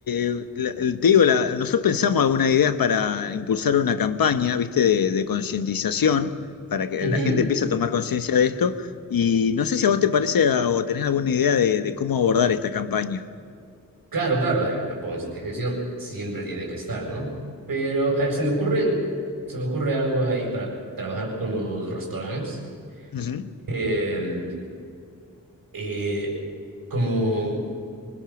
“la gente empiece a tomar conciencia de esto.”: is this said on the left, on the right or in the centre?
Left